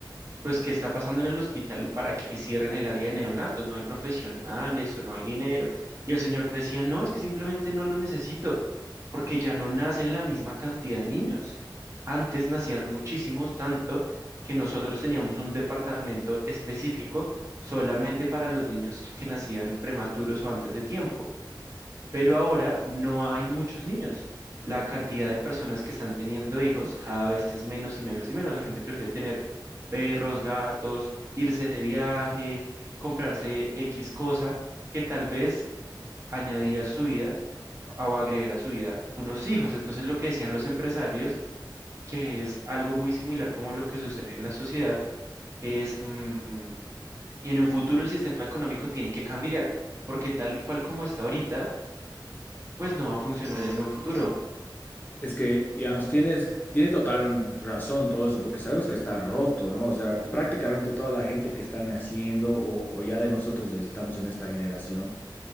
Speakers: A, on the right; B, on the left.
A: pues, ¿qué está pasando en el hospital para que cierren el área de neonatos? No hay profesionales o no hay dinero. Y el señor decía, no, es que simplemente no lo necesito, porque ya no nacen la misma cantidad de niños. Antes nacían muchísimos, tanto que nosotros teníamos un departamento específico solamente para los niños que nacían prematuros o antes de tiempo pero ahora no hay muchos niños. La cantidad de personas que están teniendo hijos cada vez es menos y menos y menos. La gente prefiere tener perros, gatos, irse de viaje, comprarse X cosa que tal vez añadir a su vida o agregar a su vida unos hijos. Entonces lo que decían los empresarios, que es algo muy similar como lo que sucede en la sociedad, es mm, en un futuro el sistema económico tiene que cambiar, porque tal cual como está ahorita, pues no va a funcionar en un futuro.
B: Es que, digamos, tienes, tiene total razón todo eso, porque sabemos que está roto, ¿no? O sea, prácticamente toda la gente que está naciendo o, o ya de nosotros estamos en esta generación,